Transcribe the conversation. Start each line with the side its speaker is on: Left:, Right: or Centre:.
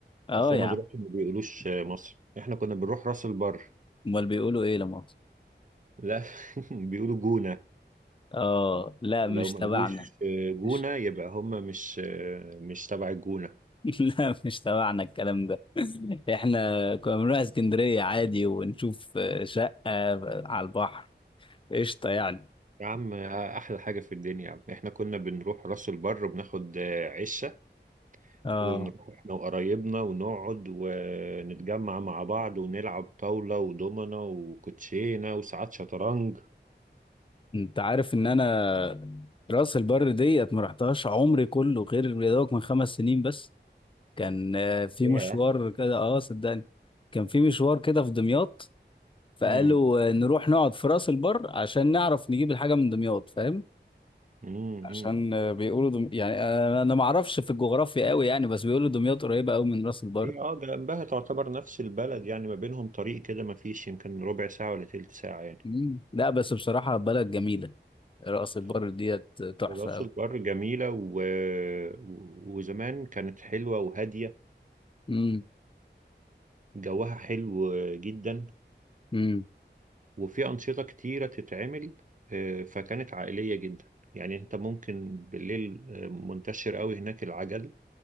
Left: اه
Right: اصل
Left: يا
Right: هما
Left: عم
Right: دلوقتي ما بيقولوش آه، مصر احنا كنا بنروح راس البر
Left: امال بيقولوا ايه لما أقصد؟
Right: لا <laughs> بيقولوا جونة
Left: اه لا
Right: ولو
Left: مش
Right: ما
Left: تبعنا
Right: قالوش آه، جونة
Left: مش
Right: يبقى هما مش آه، مش تبع الجونة
Left: <laughs> لا مش تبعنا الكلام ده <laughs> احنا كنا بنروح اسكندرية عادي ونشوف آه، شقة على البحر قشطة يعني
Right: يا عم آه، احلى حاجة في الدنيا يا عم احنا كنا بنروح راس البر وبناخد آه، عشة
Left: اه
Right: ونروح احنا وقرايبنا ونقعد ونتجمع مع بعض ونلعب طاولة ودومنة وكوتشينة وساعات شطرنج
Left: انت عارف ان انا راس البر ديت ما رحتهاش عمري كله غير يا دوبك من خمس سنين بس كان آه، في
Right: ياه
Left: مشوار كده اه صدقني كان في مشوار كده في دمياط فقالوا
Right: امم
Left: آه، نروح نقعد في راس البر عشان نعرف نجيب الحاجه من دمياط فاهم
Right: امم
Left: عشان آه، بيقولوا دم... يعني آه، انا ما اعرفش في الجغرافيا قوي يعني بس بيقولوا دمياط قريبه قوي من راس البر
Right: هي اه جنبها تعتبر نفس البلد يعني ما بينهم طريق كده ما فيش يمكن ربع ساعة ولا تلت ساعة يعني
Left: مم. لا بس بصراحه بلد جميله راس البر
Right: طبعا.
Left: ديت تحفه
Right: راس
Left: قوي
Right: البر جميلة و... و- وزمان كانت حلوة وهادية
Left: امم
Right: وجوها حلو جدا
Left: امم
Right: وفي أنشطة كتيرة تتعمل آه، فكانت عائلية جدا يعني أنت ممكن بالليل آه، منتشر قوي هناك العجل